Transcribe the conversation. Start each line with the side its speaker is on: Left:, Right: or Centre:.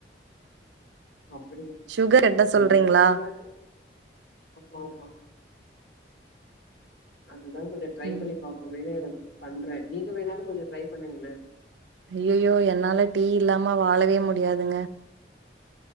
Left: அப்புடி
Right: சுகர் கட்ட
Left: அதெல்லா
Right: சொல்றீங்களா
Left: எனக்கு தெரியாது ஆமா ஆமா அதுதா கொஞ்ச ட்ரை
Right: ம்
Left: பண்ணி பாப்பொமேனு பண்றெ நீங்க வேணாலு கொஞ்சொ ட்ரை பண்ணுங்களே
Right: ஐயயோ என்னால டீ இல்லாம வாழவே முடியாதுங்க